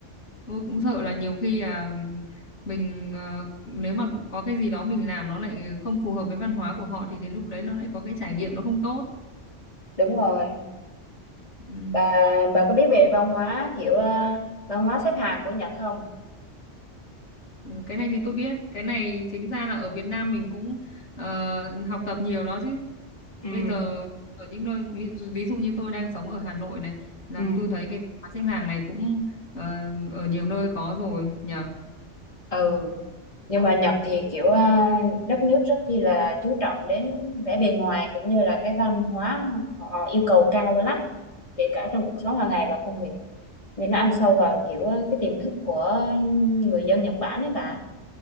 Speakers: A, on the left (about 70°); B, on the left (about 30°).
A: tôi cũng sợ là nhiều khi là mình ờ, nếu mà có cái gì đó mình làm nó lại không phù hợp với văn hóa của họ thì đến lúc đấy nó lại có cái trải nghiệm nó không tốt
B: Đúng rồi.
A: ừ.
B: Bà bà có biết về văn hóa kiểu à, văn hóa xếp hàng của Nhật không?
A: Cái này thì tôi biết, cái này chính ra là ở Việt Nam mình cũng ờ, học tập nhiều đó chứ.
B: Ừ.
A: Bây giờ ở những nơi ví, dụ- ví dụ như tôi đang sống ở Hà Nội này là
B: Ừ.
A: tôi thấy cái khóa xếp hàng này cũng ờ, ở nhiều nơi có rồi nhờ.
B: ừ nhưng mà Nhật thì kiểu à, đất nước rất chi là chú trọng đến vẻ bề ngoài cũng như là cái văn hóa họ yêu cầu cao lắm kể cả trong cuộc sống hàng ngày và công việc nên nó ăn sâu vào kiểu à, cái tiềm thức của người dân Nhật Bản ấy bà